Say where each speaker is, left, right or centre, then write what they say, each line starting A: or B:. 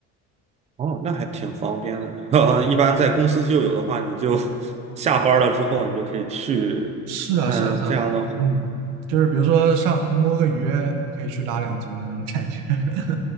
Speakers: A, on the right; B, on the right.
A: 哦，那还挺方便的。<laughs> 呃一般在公司就有的话，你就 <laughs> 下班了之后，你就可以去。
B: 是啊，
A: 嗯，
B: 是啊，是啊，
A: 这样的话，
B: 嗯，
A: 好
B: 就是比如说上摸个鱼可以去拉两组那种感觉。<laughs>